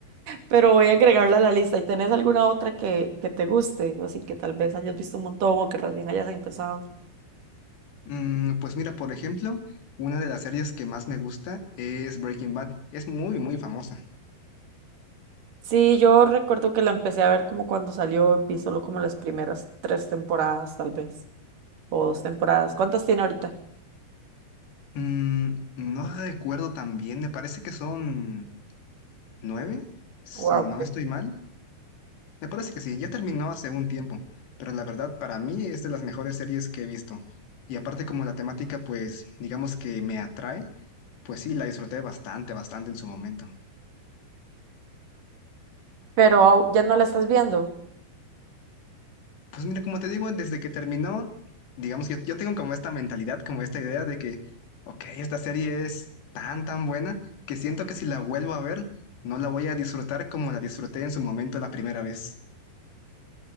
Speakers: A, on the right (about 50°); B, on the left (about 80°).
A: Pero voy a agregarla a la lista. ¿Y tenés alguna otra que, que te guste? Así que tal vez hayas visto un montón o que recién hayas empezado.
B: Mm, pues mira, por ejemplo, una de las series que más me gusta es Breaking Bad. Es muy, muy famosa.
A: Sí, yo recuerdo que la empecé a ver como cuando salió, vi solo como las primeras tres temporadas tal vez, o dos temporadas. ¿Cuántas tiene ahorita?
B: Mm, no recuerdo tan bien, me parece que son nueve, si
A: Wow,
B: no
A: sí.
B: estoy mal. Me parece que sí, ya terminó hace un tiempo, pero la verdad para mí es de las mejores series que he visto. Y aparte como la temática pues digamos que me atrae, pues sí, la disfruté bastante, bastante en su momento.
A: Pero au- ya no la estás viendo.
B: Pues mira, como te digo, desde que terminó, digamos que yo, yo tengo como esta mentalidad, como esta idea de que, ok, esta serie es tan, tan buena que siento que si la vuelvo a ver, no la voy a disfrutar como la disfruté en su momento la primera vez.